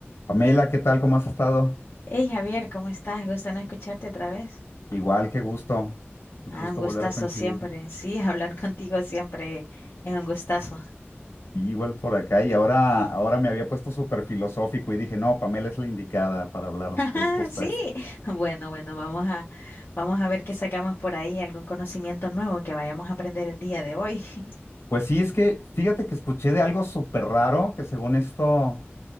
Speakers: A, on the left; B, on the left.
A: Pamela, ¿qué tal? ¿Cómo has estado?
B: Hey Javier, ¿cómo estás? Gusto no escucharte otra vez.
A: Igual, qué gusto, qué
B: Ah,
A: gusto
B: un gustazo
A: volver a coincidir.
B: siempre.
A: Sí,
B: Sí, <laughs> hablar contigo siempre es un gustazo. <laughs>
A: igual por acá y ahora, ahora me había puesto súper filosófico y dije, no, Pamela es la indicada para hablar
B: Ajá,
A: de estos
B: Sí.
A: temas.
B: Bueno, bueno, vamos a, vamos a ver qué sacamos por ahí, algún conocimiento nuevo que vayamos a aprender el día de hoy. <laughs>
A: Pues sí, es que fíjate que escuché de algo súper raro que según esto,